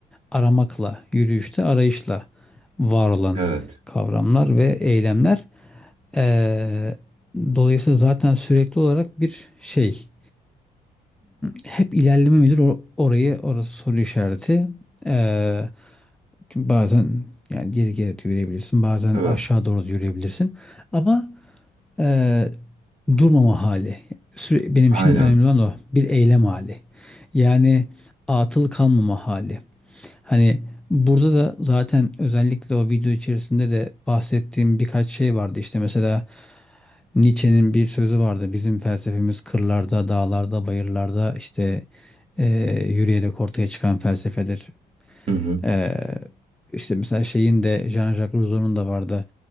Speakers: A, in the centre; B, on the right (about 35°).
A: aramakla, yürüyüşte arayışla var olan
B: Evet.
A: kavramlar ve eylemler. Ee, dolayısıyla zaten sürekli olarak bir şey. Hep ilerleme midir or- orayı orası soru işareti. Ee, çünkü bazen yani geri geri de yürüyebilirsin, bazen
B: Evet.
A: aşağı doğru da yürüyebilirsin. Ama Eee, durmama hali. Süre, benim
B: Aynen.
A: için önemli olan o. Bir eylem hali. Yani atıl kalmama hali. Hani burada da zaten özellikle o video içerisinde de bahsettiğim birkaç şey vardı. İşte mesela Nietzsche'nin bir sözü vardı. Bizim felsefemiz kırlarda, dağlarda, bayırlarda işte eee, yürüyerek ortaya çıkan felsefedir.
B: Hı hı.
A: Eee işte mesela şeyin de Jean-Jacques Rousseau'nun da vardı.